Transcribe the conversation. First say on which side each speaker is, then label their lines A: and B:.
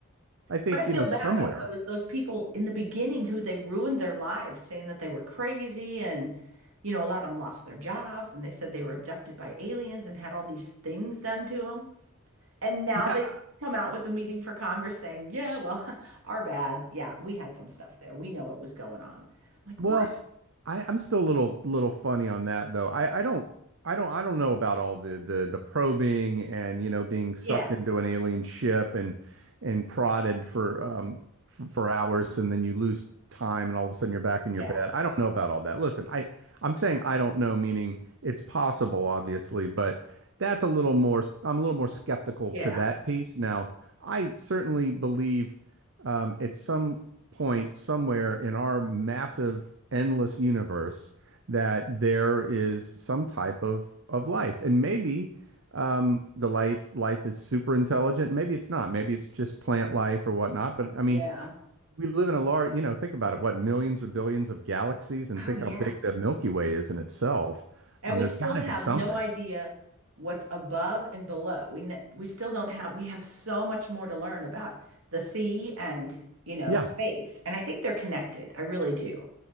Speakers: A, on the right; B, on the right.
A: I think
B: What I
A: you
B: feel
A: know
B: bad
A: somewhere.
B: about though is those people in the beginning who they ruined their lives saying that they were crazy and you know, a lot of them lost their jobs and they said they were abducted by aliens and had all these things done to them. And now
A: Yeah,
B: they come out with the meeting for Congress saying, yeah, well, <laughs> our bad. Yeah, we had some stuff there. We know it was going on. like,
A: Well,
B: what?
A: I, I'm still a little little funny on that though. I, I don't I don't I don't know about all the the the probing and you know being sucked
B: Yeah,
A: into an alien ship and and prodded for um f- for hours and then you lose time and all of a sudden you're back in
B: yeah,
A: your bed. I don't know about all that. Listen, I I'm saying I don't know, meaning it's possible, obviously, but that's a little more I'm a little more skeptical
B: yeah,
A: to that piece. Now, I certainly believe um, at some point somewhere in our massive, endless universe that there is some type of of life, and maybe um, the life life is super intelligent. Maybe it's not. Maybe it's just plant life or whatnot. But I mean,
B: yeah.
A: we live in a large, you know, think about it, what millions or billions of galaxies, and
B: Oh,
A: think
B: yeah.
A: how big the Milky Way is in itself.
B: And
A: Um,
B: we
A: there's
B: still
A: got to
B: have
A: be something.
B: no idea what's above and below. We kn- we still don't have, we have so much more to learn about the sea and, you know,
A: Yeah.
B: space. And I think they're connected. I really do.